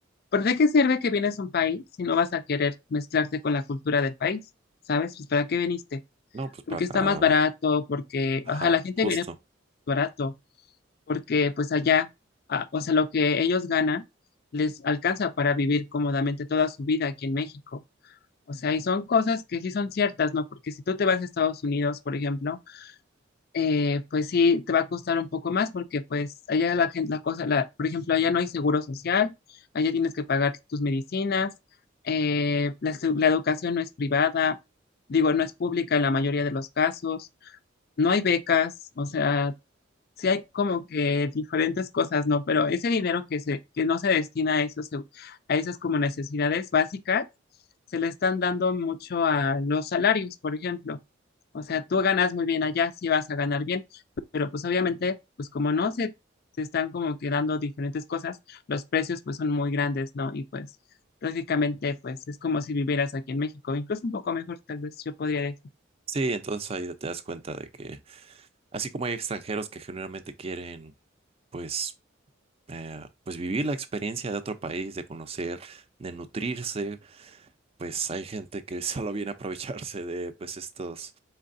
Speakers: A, on the left; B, on the right.
A: ¿por de qué sirve que vienes a un país si no vas a querer mezclarte con la cultura del país? ¿Sabes? Pues ¿para qué viniste?
B: no, pues para,
A: Porque está más barato, porque,
B: ajá,
A: o sea, la gente
B: justo.
A: viene barato, porque pues allá, ah, o sea, lo que ellos ganan les alcanza para vivir cómodamente toda su vida aquí en México. O sea, y son cosas que sí son ciertas, ¿no? Porque si tú te vas a Estados Unidos, por ejemplo, eh, pues sí te va a costar un poco más porque pues allá la gente, la cosa, la, por ejemplo, allá no hay seguro social, allá tienes que pagar tus medicinas, eh, la, se- la educación no es privada, digo, no es pública en la mayoría de los casos, no hay becas, o sea, sí hay como que diferentes cosas, ¿no? Pero ese dinero que se, que no se destina a esos, eu- a esas como necesidades básicas, se le están dando mucho a los salarios, por ejemplo. O sea, tú ganas muy bien allá, sí vas a ganar bien, pero pues obviamente, pues como no se, se están como que dando diferentes cosas, los precios pues son muy grandes, ¿no? Y pues prácticamente pues es como si vivieras aquí en México, incluso un poco mejor, tal vez yo podría decir.
B: Sí, entonces ahí te das cuenta de que, así como hay extranjeros que generalmente quieren, pues, eh, pues vivir la experiencia de otro país, de conocer, de nutrirse pues hay gente que <laughs> solo viene a aprovecharse de pues estos